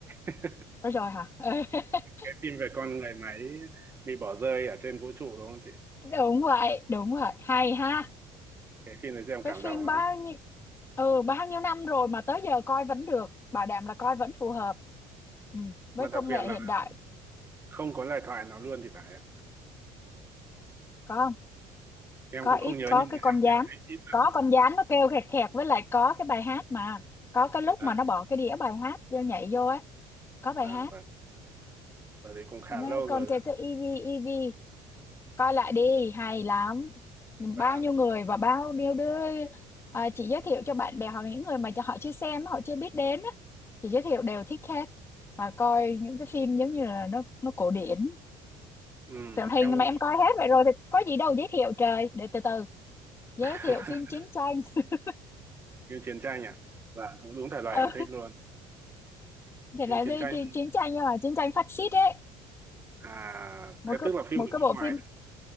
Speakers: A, on the right; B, on the left.
A: <laughs>
B: có rồi hả <laughs>
A: cái phim về con người máy bị bỏ rơi ở trên vũ trụ đúng không chị
B: đúng vậy đúng vậy hay ha
A: cái phim này xem cảm
B: cái phim
A: động lắm
B: bao nhiêu ừ bao nhiêu năm rồi mà tới giờ coi vẫn được bảo đảm là coi
A: mà,
B: vẫn phù hợp ừ. với
A: mà
B: công
A: đặc biệt
B: nghệ
A: là
B: hiện đại
A: không có lời thoại nó luôn thì phải ạ.
B: có không
A: em
B: có
A: cũng
B: ít
A: không nhớ
B: có
A: nhưng
B: cái
A: mà
B: con
A: em,
B: gián
A: em thấy ít lắm
B: có con gián nó kêu khẹt khẹt với lại có cái bài hát mà có cái lúc
A: à,
B: mà nó bỏ cái đĩa bài hát vô nhảy vô á có bài
A: và
B: hát
A: và bởi vì cũng khá
B: nó
A: lâu
B: con
A: rồi
B: kêu cái EV EV coi lại đi hay lắm
A: và
B: bao nhiêu người và bao nhiêu đứa à, chị giới thiệu cho bạn bè hoặc những người mà cho họ chưa xem họ chưa biết đến á, chị giới thiệu đều thích hết và coi những cái phim giống như là nó nó cổ điển
A: ừm,
B: phim thì
A: em cũng
B: mà em
A: thích
B: coi hết vậy rồi thì có gì đâu giới thiệu trời để từ từ giới
A: <laughs>
B: thiệu phim chiến tranh <laughs>
A: phim chiến tranh ạ là cũng đúng thể loại
B: ừ,
A: em thích luôn
B: thì
A: phim
B: là
A: chiến
B: gì,
A: tranh
B: chi- chiến tranh nhưng mà chiến tranh phát xít ấy
A: à
B: một
A: thế
B: cái
A: tức là phim
B: một
A: của
B: cái
A: nước
B: bộ
A: ngoài
B: phim